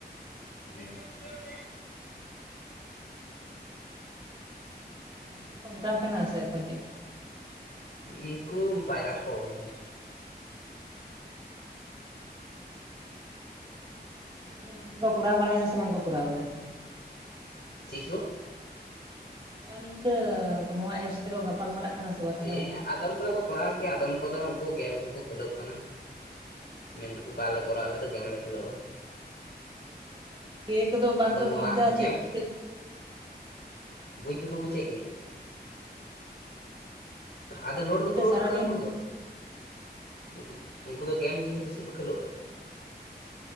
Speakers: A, on the left (about 70°); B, on the right (about 30°).
A: ᱦᱮᱸ <unintelligible>
B: ᱟᱢ ᱜᱮᱠᱚ ᱢᱮᱛᱟᱢ ᱠᱟᱱᱟ ᱥᱮ ᱚᱠᱚᱭ ᱪᱮᱫ ᱠᱚ ᱢᱮᱛᱟᱭ ᱠᱟᱱᱟ
A: ᱩᱱᱠᱩ ᱯᱟᱭᱨᱟᱜ ᱠᱚ ᱦᱚᱦᱚᱭ ᱫᱟ ᱾
B: ᱩᱱᱠᱩ ᱫᱚ ᱱᱤᱝᱠᱟᱹ ᱠᱚ ᱠᱚᱨᱟᱣ ᱵᱟᱲᱟᱭ ᱫᱟ ᱥᱮ ᱵᱟᱝ ᱠᱚᱨᱟᱣ ᱫᱟ?
A: ᱪᱮᱫ ᱠᱚ?
B: ᱱᱚᱜᱼᱚᱭ ᱱᱤᱝᱠᱟᱹ ᱱᱚᱣᱟ ᱮᱯᱥ ᱛᱮᱠᱚ ᱜᱟᱯᱟᱞ ᱢᱟᱨᱟᱜ ᱠᱟᱱᱟ ᱥᱮ ᱵᱟᱝ ᱛᱟᱦᱚᱞᱮ
A: ᱦᱮᱸ
B: ᱩᱱᱠᱩ ᱫᱚ
A: ᱟᱫᱚᱢ ᱠᱚᱫᱚ ᱠᱚ ᱠᱚᱨᱟᱣᱮᱫ ᱜᱮᱭᱟ᱾ ᱟᱫᱚᱢ ᱠᱚᱫᱚ ᱩᱱᱠᱩ ᱜᱮᱢ ᱠᱚᱠᱚ ᱠᱷᱮᱞᱳᱜ ᱠᱟᱱᱟ᱾ ᱢᱮᱱ ᱫᱟᱠᱚ ᱵᱟᱞᱮ ᱠᱚᱨᱟᱣ ᱟᱞᱮ ᱫᱚ ᱜᱮᱢ ᱞᱮ ᱠᱷᱮᱞᱳᱜᱼᱟ᱾
B: ᱠᱮ ᱠᱚᱫᱚ ᱵᱟᱝ
A: ᱟᱫᱚ
B: ᱠᱚ
A: ᱱᱚᱣᱟ
B: ᱵᱩᱡ ᱫᱟ ᱪᱮᱛ
A: ᱜᱮᱢ
B: ᱪᱤᱠᱟᱹ
A: ᱵᱩᱡ ᱫᱚᱠᱚ ᱵᱩᱡᱮᱫ ᱜᱮ ᱾ ᱟᱫᱚ
B: ᱱᱚᱜᱼᱚ
A: ᱞᱳᱰ
B: ᱱᱤᱝᱠᱟᱹ
A: ᱫᱚᱠᱚ ᱞᱳᱰ
B: ᱥᱟᱨᱟᱫᱤᱱ
A: ᱠᱟᱫᱟ ᱩᱱᱠᱩ ᱫᱚ ᱾ ᱩᱱᱠᱩ ᱩᱱᱠᱩ ᱫᱚ ᱜᱮᱢ ᱵᱮᱥᱤ ᱠᱚ ᱠᱷᱮᱞᱳᱜᱼᱟ᱾